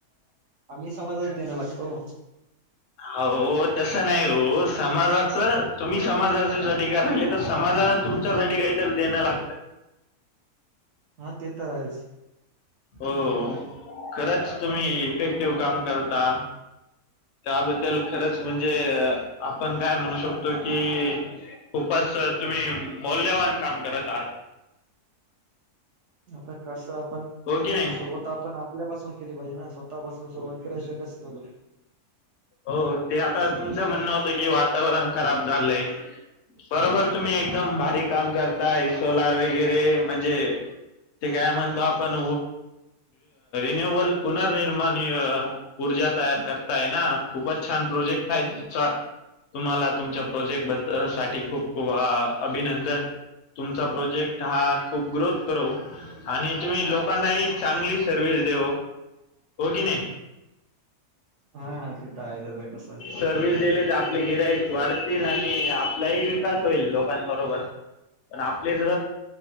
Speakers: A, on the right (about 65°); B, on the left (about 60°).
A: आम्ही समाधना देण लागतो
B: हो तस नाही हो समाजाचं तुम्ही समाजासाठी राहिले तर समाजाला तुमच्यासाठी काहीत देणं लागत
A: हा ते तर आहेच
B: हो खरंच तुम्ही इफेक्टिव्ह काम करता त्याबद्दल खरंच म्हणजे आपण काय म्हणू शकतो कि खूपच तुम्ही मौल्यवान काम करत आहात
A: आता कस आपण
B: हो की नाही
A: सुरवात पण आपल्या पाासून केली पाहिजे ना स्वतःपासून सुरुवात केल्या शिवट
B: हो ते आता तुमचं म्हणणं होत की वा वाण खराब झालंय बरोबर तुम्ही एकदम काम करताय सोलार वगैरे म्हणजे ते काय म्हणतो आपण नवल पुनर्निर्माण ऊर्जा तयार करत खूप छ प्रजेक् तुम्हाला तुमच्या प्रेट ब साठी खूप खूप अभिनंदन तुमचा प्रोजेक्ट हा खूप ग्रोथ करो आणि तुम्ही लोकांनाही चांगली सर्वि्हस देऊ हो की नाही
A: हा तेिथ आहेचईटसं आहे
B: सर्व्हिस दिले तर आपले गिरायक वाढतील आणि आपलाही विकास होईल लोकांबरोबर पण आपले ज